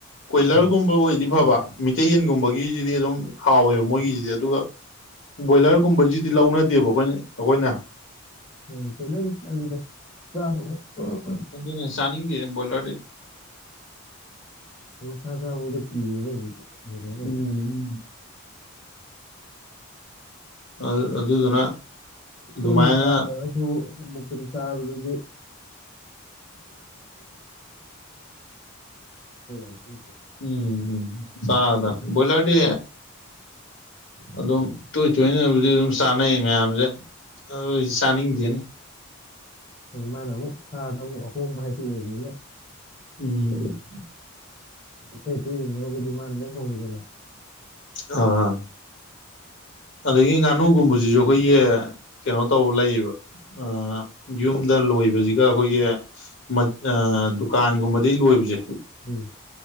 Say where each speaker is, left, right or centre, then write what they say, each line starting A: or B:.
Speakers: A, on the left; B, on the left.
A: ꯀꯣꯏꯂ꯭ꯔꯒꯨꯝꯕ
B: ꯎꯝ
A: ꯑꯣꯏꯗꯤ ꯐꯕ ꯃꯤꯇꯩꯩ ꯌꯦꯟꯒꯨꯝꯕꯒꯤꯖꯤꯗꯤ ꯑꯗꯨꯝ ꯍꯥꯎꯋꯦꯕ ꯃꯣꯏꯒꯤꯖꯤꯗꯤ ꯑꯗꯨꯒ ꯕꯣꯏꯂꯔꯒꯨꯝꯕꯖꯤꯗꯤ ꯂꯧꯅꯗꯦꯕ ꯑꯈꯣꯏꯅ ꯑꯈꯣꯏꯅ
B: ꯑꯝ ꯀꯣꯏꯂ꯭ꯔꯗꯤ ꯇꯜꯂꯤꯗ ꯆꯥꯗꯧꯒ ꯑꯍꯝ
A: ꯑꯗꯨꯅ ꯆꯥꯅꯤꯡꯗꯦ ꯕꯣꯏꯂ꯭ꯔꯗꯤ
B: ꯃꯁꯥ ꯆꯥꯕꯕꯣꯛ ꯀꯤꯔꯦꯗ ꯍꯧꯖꯤꯛ ꯕꯣꯏꯂ꯭ꯔꯒꯗꯤ
A: ꯎꯝ ꯑꯗꯨ ꯑꯗꯨꯗꯨꯅ ꯑꯗꯨꯃꯥꯏꯅ
B: ꯇꯣꯏꯅ ꯆꯥꯗ꯭ꯔꯒꯁꯨ ꯑꯃꯨꯛꯇ ꯆꯥꯕꯗꯗꯤ <unintelligible>
A: ꯎꯝ ꯆꯗ ꯕꯣꯏꯂ꯭ꯔꯗꯤ ꯑꯗꯨꯝ ꯇꯣꯏ ꯇꯣꯏꯅꯕꯨꯗꯤ ꯑꯗꯨꯝ ꯆꯥꯅꯩ ꯃꯌꯥꯝꯖꯦ ꯑ ꯆꯥꯅꯤꯡꯗꯦꯅꯦ
B: ꯑ ꯃꯥꯅ ꯑꯃꯨꯛ ꯁꯥꯗ ꯑꯃꯨꯛ ꯑꯍꯣꯡꯕ ꯍꯥꯏꯗꯨ ꯑꯣꯏꯕꯅꯤꯅ
A: ꯎꯝ
B: ꯑꯇꯩ ꯑꯇꯩ ꯍꯦꯡꯅꯔꯨꯒꯗꯤ ꯃꯅꯥ ꯂꯣꯏ ꯍꯣꯡꯉꯤꯗꯅ
A: ꯑꯥ ꯑꯗꯒꯤ ꯉꯥꯅꯨꯒꯨꯝꯕꯖꯤꯖꯨ ꯑꯈꯣꯏꯒꯤ ꯀꯩꯅꯣ ꯇꯧ ꯂꯩꯕ ꯑ ꯌꯨꯝꯗ ꯂꯣꯏꯕꯖꯤꯒ ꯑꯈꯣꯏꯒꯤ ꯃꯠ ꯑ ꯗꯨꯀꯥꯟꯒꯨꯝꯕꯗꯩ ꯂꯣꯏꯕꯖꯦ
B: ꯎꯝ